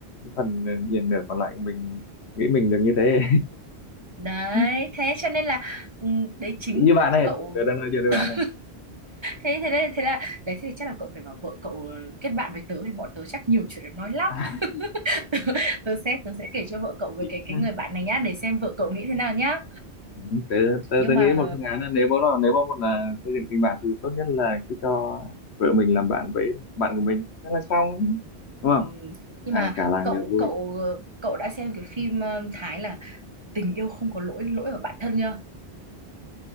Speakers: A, on the left (about 80°); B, on the right (about 30°).
A: phần diện nửa còn lại của mình nghĩ mình được như thế
B: đấy
A: <laughs>
B: thế cho nên là ừ, đấy
A: như
B: chính
A: bạn này
B: cậu
A: tớ đang nói
B: <laughs>
A: chuyện với bạn này
B: thế thế nên thế là đấy thì chắc là cậu phải bảo vợ cậu ờ, kết bạn với tớ thì bọn tớ chắc nhiều chuyện để nói lắm
A: <laughs>
B: <laughs> tớ sẽ tớ sẽ kể cho vợ cậu về
A: chính
B: cái cái
A: xác
B: người bạn này nhá để xem vợ cậu nghĩ thế nào nhá
A: Ừ, tớ, tớ,
B: nhưng
A: tớ
B: mà
A: nghĩ một phương án là nếu mà nếu mà một là xây dựng tình bạn thì tốt nhất là cứ cho vợ mình làm bạn với bạn của mình thế là xong đúng không
B: ừm, nhưng
A: hai
B: mà
A: cả làng
B: cậu
A: đều vui
B: cậu cậu đã xem cái phim ừm, Thái là tình yêu không có lỗi lỗi ở bản thân chưa